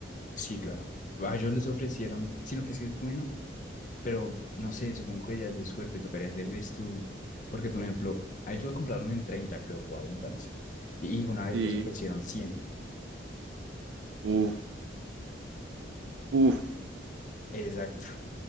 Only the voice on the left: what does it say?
sí, claro. A ellos les ofrecieron, sino que sí es bueno, pero no sé, supongo que ya es de suerte, tocaría hacer el estudio. Porque, por ejemplo, a ellos lo compraron en 30 creo, 40 no sé. Y, y una vez
les ofrecieron cien
Exacto. <laughs>